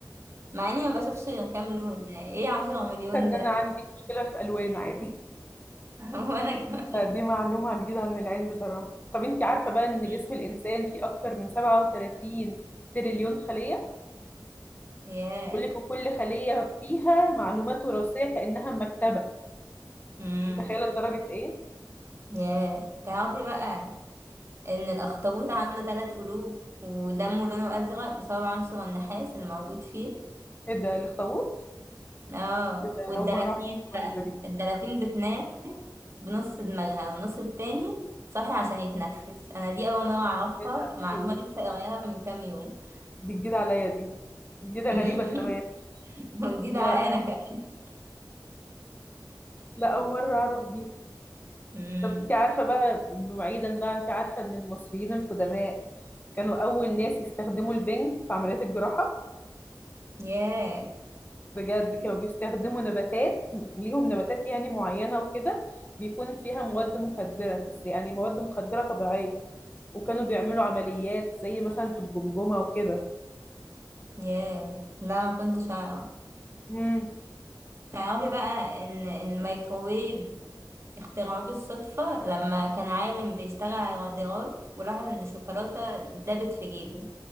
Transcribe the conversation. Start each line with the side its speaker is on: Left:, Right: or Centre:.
Right: مع إني ما بشوفش غير كام لون يعني إيه عشرة مليون
Left: حاسة ان
Right: ده
Left: انا عندي مشكلة في الوان عادي
Right: <laughs> وأنا كمان
Left: <laughs> فدي معلومة جديدة عن العين بصراحة طب انت عارفة بقى ان
Right: <laughs>
Left: جسم الانسان فيه اكتر من 37 تريليون خلية
Right: ياه
Left: بيقول لك وكل خلية فيها معلومات وراثية كأنها مكتبة
Right: امم
Left: متخيلة لدرجة ايه
Right: ياه تعرفي بقى إن الأخطبوط عنده تلات قلوب ودمه لونه أزرق بسبب عنصر النحاس اللي موجود فيه
Left: ايه ده الاخطبوط
Right: اه
Left: ايه ده
Right: والدلافين
Left: اول مرة اعرف المعلومة
Right: بقى
Left: الجديدة دي
Right: الدلافين بتنام بنص دماغها والنص التاني صاحي عشان يتنفس أنا دي أول مرة أعرفها
Left: ايه ده
Right: معلومة
Left: في ايه
Right: لسه قريبة من كام يوم
Left: دي جديدة عليا دي جديدة غريبة
Right: <laughs>
Left: كمان
Right: وجديدة
Left: لا
Right: عليا أنا كمان
Left: لا اول مرة اعرف دي
Right: مم.
Left: طب انت عارفة بقى بعيدا بقى انت عارفة ان المصريين القدماء كانوا أول ناس يستخدموا البنج في عمليات الجراحة
Right: ياه
Left: بجد كانوا بيستخدموا نباتات ليهم نباتات يعني معينة وكده بيكون فيها مواد مخدرة بس يعني مواد مخدرة طبيعية وكانوا بيعملوا عمليات زي مثلا في الجمجمة وكده
Right: ياه لا ما كنتش أعرف
Left: امم
Right: تعرفي بقى إن الميكروويف اخترعوه بالصدفة لما كان عالم بيشتغل على الرادارات ولاحظ إن الشوكولاتة دابت في جيبه